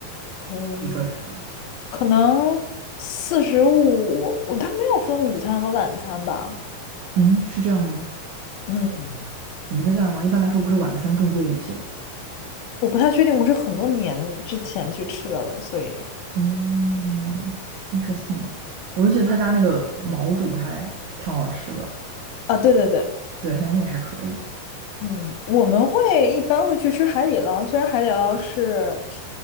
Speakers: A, on the left; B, on the right.
A: 嗯，
B: 一个人？
A: 可能四十五，我它没有分午餐和晚餐吧？
B: 嗯，是这样吗？
A: 嗯，
B: 一个价吗？一般来说不是晚餐更贵一些。
A: 我不太确定，我是很多年之前去吃的了，所以
B: 嗯，interesting。我就记得他家那个毛肚还挺好吃的，
A: 啊，对对对。
B: 对，他家那个还可以。
A: 嗯，我们会一般会去吃海底捞，虽然海底捞是，